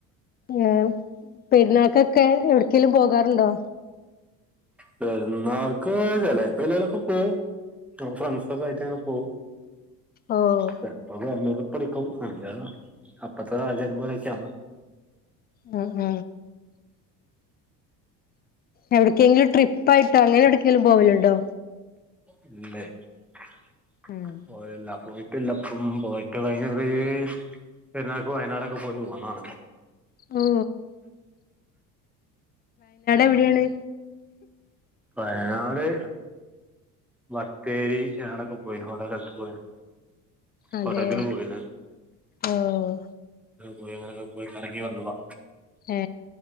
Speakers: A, on the left; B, in the centre.
A: ഏഹ് പെരുന്നാക്കൊക്കെ എവിടേക്കേലും പോകാറുണ്ടോ?
B: പെരുന്നാക്ക് ചിലേപ്പ എല്ലേലക്ക പോവും <unintelligible> ഫ്രണ്ട്സ് സക്ക ആയിട്ടങ്ങന പോവും.
A: ഓഹ്
B: ചേലപ്പ <unintelligible> ടിക്കും <unintelligible> അപ്പത്തെ സാഹചര്യം പോലെയൊക്കെയാണ്.
A: ഉ ഉം എവിടക്കെങ്കിലും ട്രിപ്പ് ആയിട്ടോ അങ്ങനെ എവടെക്കെങ്കിലും പോവലിണ്ടോ
B: ഇല്ലേയ് <unintelligible>
A: ഉം
B: ല്ലപ്പം പോയിട്ട് കഴിഞ്ഞറി പെരുന്നാക്ക് വയനാടൊക്കെ പോയി പോന്നതാണ്
A: ഓ എവിടെയാണ്?
B: വയനാട് മത്തേരി ആടൊക്കെ പോയിന് <unintelligible> പോയിനു
A: അതെ
B: കൊടകിലും പോയിന്
A: ഓഹ്
B: പോയി അങ്ങനൊക്കെ പോയി കറങ്ങി വന്നതാ
A: ഏ